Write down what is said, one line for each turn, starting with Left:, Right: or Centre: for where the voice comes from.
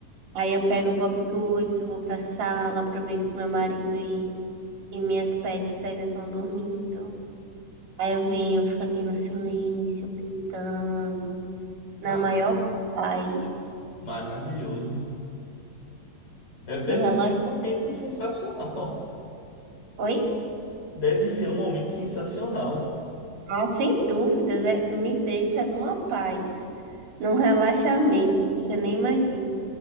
Right: Aí eu pego o Bob Goods, vou pra sala, aproveito que meu marido e, e minhas pets ainda estão dormindo. Aí eu venho, eu fico aqui no silêncio, pintando, na
Left: Ah,
Right: maior paz.
Left: maravilhoso. Deve,
Right: Me
Left: deve
Right: relaxa.
Left: ser um momento sensacional.
Right: Oi?
Left: Deve ser um momento sensacional.
Right: Ah, sem dúvidas, é, me deixa numa paz, num relaxamento que você nem imagina.